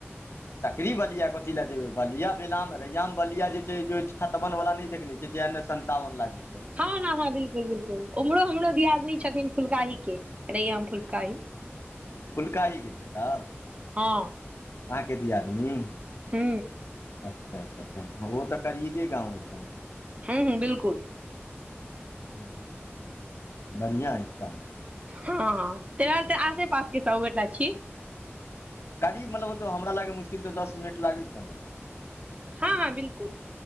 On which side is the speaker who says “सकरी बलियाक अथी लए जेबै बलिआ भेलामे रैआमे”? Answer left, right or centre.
Left